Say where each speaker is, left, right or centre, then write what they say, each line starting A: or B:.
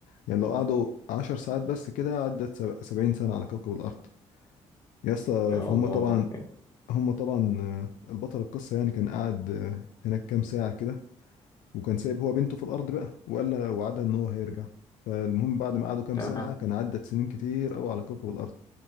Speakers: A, on the left; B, on the left.
A: يعني لو قعدوا عشر ساعات بس كده عدت سب- سبعين سنة على كوكب الأرض يا اسطى
B: يا
A: فهم
B: الله
A: طبعا هم طبعا آه، البطل القصة يعني كان قاعد آه، هناك كام ساعة كده وكان سايب هو بنته في الأرض بقى وقال لها وعدها إن هو هيرجع فالمهم بعد ما قعدوا كام
B: تمام
A: ساعة كان عدت سنين كتير أوي على كوكب الأرض